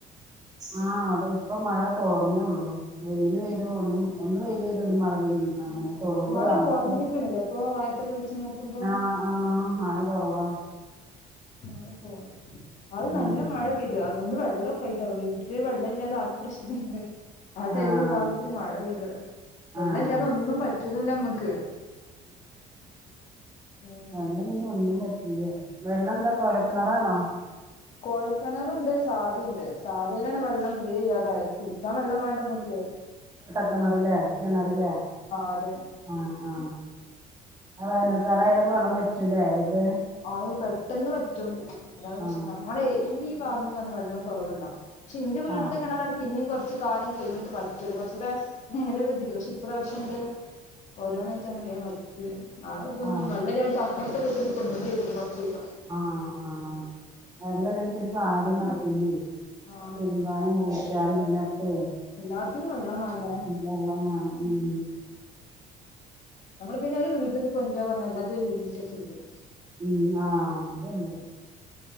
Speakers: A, on the right; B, on the left.
A: ആ അവിടെ ഇപ്പൊ മഴ തോർന്നേ ഉള്ളൂ വെയിൽ വരോ ഒന്നും ഒന്ന് വേൽ വരും ഒന്ന് മഴ പെയ്യും അങ്ങനെ തൊഴൂള്
B: മഴ
A: അങ്ങട്ട്
B: കൊറഞ്ഞിരിക്കണില്ലേ ഇപ്പൊ ആദ്യത്തൊക്കെ വെച്ച് നോക്കുമ്പോ
A: ആഹ് ആഹ് മഴ കുറവാ
B: ആ പോര് അത് നല്ല
A: ഉം
B: മഴ പെയ്തു അതൊക്കെ വെള്ളമൊക്കെ ആട്ടോ വീട്ടില് വെള്ളമില്ലാതൊക്കെ ആകെ പ്രശ്നംണ്ട്ട്ടോ ആടൈമിൽ
A: ആഹ്
B: ഭാഗ്യത്തിന് മഴ പെയ്തില്ല വെള്ളല്ലാതെ
A: ആഹ്
B: ഒന്നും പറ്റൂലല്ലോ നമ്മക്ക് ഉം
A: വെള്ളൊന്നും ഒന്നും പറ്റില്ല വെള്ളം എന്താ കുഴൽ കിണറാണോ
B: കോൽക്കിണറുണ്ട് സാദയുണ്ട് സാധയിലാണ് വെള്ളം തീരെയില്ലാതായത് കുടിക്കാൻ വെള്ളം വേണ്ടേമ്മക്ക്
A: കിണറില്ലേ കിണറില്ലേ
B: അതെ
A: ആ ആ ആ വേനൽ കാലം അയലൊക്കെ വെള്ളം പറ്റൂലേ ഇത്
B: അ പെട്ടെന്ന് വറ്റും അതാണ്
A: ആ
B: പ്രശ്നം നമ്മടെ ഇന്റെ ഈ ഭാഗം എന്ന് പറഞ്ഞാ വെള്ളം കുറവുള്ള പക്ഷെ എന്റെ വീടത്തെ
A: ആ
B: കിണറാണ് പിന്നേം കുറച്ചു കാലം കഴിഞ്ഞിട്ട് വറ്റത് കുറച്ചുകൂടെ നേരരെ വറ്റിട്ട് പക്ഷെ ഇപ്രാവശ്യംണ്ട് ഓരോന്നായിട്ടാണ് വേഗൻ പറ്റി ആകെന്ന
A: ആ
B: നല്ല <unintelligible> <unintelligible>
A: ആ ആ വെള്ളല്ലെങ്കി ഒരു കാര്യോം നടക്കൂല്ല
B: ആഹ്
A: തിരുമ്പാനും കുളിക്കാനും ഇതിനൊക്കെ
B: എല്ലാത്തിനും വെള്ളം വേണ്ടേ
A: വെള്ളംവേണം മ്
B: നമ്മള് പിന്നെ ഒരു വീട്ടന്ന് കൊണ്ടോവാൻ പറഞ്ഞ എല്ലാത്തും ലിമിറ്റ് ഒക്കേ ഇല്ലേ
A: മ് ആ അതണ്ട്